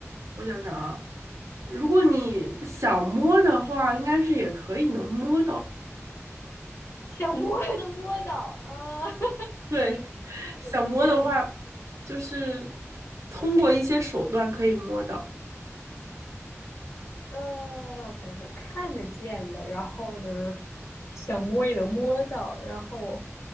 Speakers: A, on the right; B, on the left.
A: 我想想啊，如果你想摸的话，应该是也可以能摸到。
B: 想摸还能摸到啊，<laughs>
A: 对，
B: 看得见，
A: 想摸的话，就是通过一些手段可以摸到。
B: 呃，我想想，看得见的，然后呢，想摸也能摸到，然后